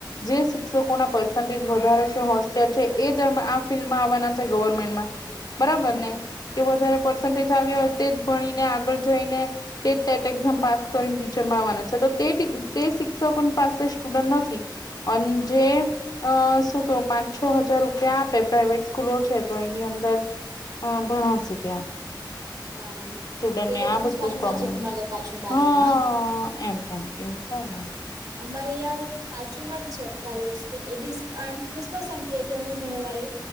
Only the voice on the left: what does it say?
જે શિક્ષકોના પરસ માટે જ વધારે છે, હોશિયાર છે, એ જ મ આ ફિલ્ડમાં આવવાના છે ગવર્મેન્ટમાં. બરાબર
ને કે વધારે પર્સન્ટેજ આવ્યા હોય, તે જ ભણીને આગળ જઈને તે ટેટ એક્ઝામ પાસ કરીન ટી ચૂરમાં આવાના છે. તો ટિક તે શિક્ષકોન પાસે સ્ટુડન્ટ નથી અન જે અ શું કેવું પાંચ છ હજાર રૂપિયા આપે પ્રાઇવેટ સ્કૂલો છે. તો એની અંદર હન, ભણાવશે ત્યાં.
સ્ટુડનને
આ બધું
પ્રોબ્લેમ
છે.
હન એમ એમ એવું થાયને.